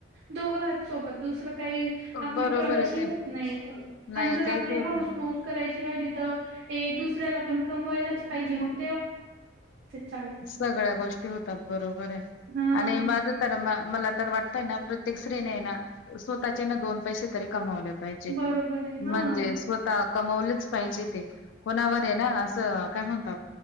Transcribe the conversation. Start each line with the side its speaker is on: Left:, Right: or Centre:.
Right: दोघ आहोत सोबत दुसरं काही आपली
Left: बरोबर
Right: प्रगती
Left: आहे ते
Right: नाही.
Left: नाही
Right: आणि जर
Left: काहीच
Right: आपली
Left: होत
Right: हऊस
Left: नाही.
Right: माऊस करायची - ते राहिले तर, दुसऱ्या पण कमवायलाच पाहिजे मग. चालतं
Left: सगळ्या गोष्टी होत- बरोबर आहे.
Right: हा
Left: आणि माझ तर म- मला तर वाटतंय ना प्रत्येक स्त्रीने ना स्वतःचे ना दोन पैसे तरी - पाहिजे,
Right: बरोबर आहे.
Left: म्हणजे
Right: हां,
Left: स्वतः- कमवलंच पाहिजे ते. कोणावर आहे ना असं- काय म्हणतात?